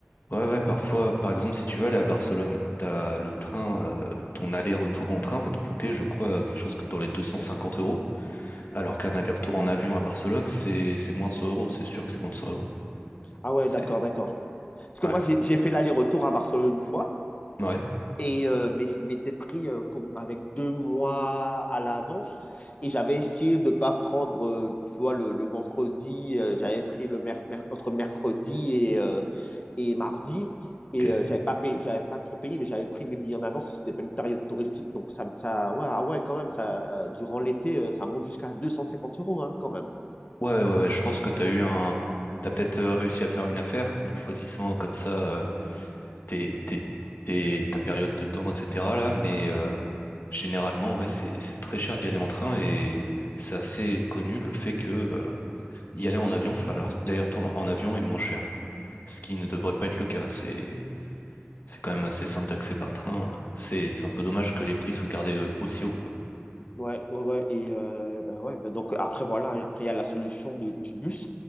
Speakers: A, on the left; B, on the left.
A: Ouais, ouais, parfois, par exemple, si tu veux aller à Barcelone, t'as le train, euh, ton aller-retour en train va te coûter, je crois, quelque chose que- dans les 250 euros, alors qu'un aller-retour en avion à Barcelone, c'est c'est moins de 100 euros, c'est sûr que c'est moins de 100 euros.
B: ah ouais,
A: C'est...
B: d'accord, d'accord. Parce que
A: Ouais,
B: moi, j'ai, j'ai fait l'aller-retour à Barcelone une fois,
A: ouais,
B: et, euh, mais je m'étais pris euh, comme avec deux mois à l'avance, et j'avais essayé de ne pas prendre, euh, tu vois, le, le vendredi, euh, j'avais pris le mer- mer- entre mercredi et, euh, et mardi.
A: ok.
B: Et euh, j'avais pas payé, j'avais pas trop payé, mais j'avais pris mes billets en avance et c'était pas une période touristique. Donc ça, ça ouais, ah ouais, quand même, ça, euh, durant l'été, euh, ça monte jusqu'à 250 euros, hein, quand même.
A: Ouais, ouais, ouais, je pense que t'as eu un... T'as peut-être euh, réussi à faire une affaire en choisissant comme ça euh, tes, tes, tes- ta période de temps, etc. là, mais euh, généralement, ouais, c'est c'est très cher d'y aller en train et c'est assez connu le fait que... euh, Y aller en avion, faire l'ar- l'aller-retour en avion est moins cher. Ce qui ne devrait pas être le cas. C'est c'est quand même assez simple d'accès par train. C'est c'est un peu dommage que les prix soient gardés euh, aussi haut, quoi.
B: Ouais, ouais, ouais. Et euh, euh, ouais, ben donc après, voilà, et après, il y a la solution de- du bus.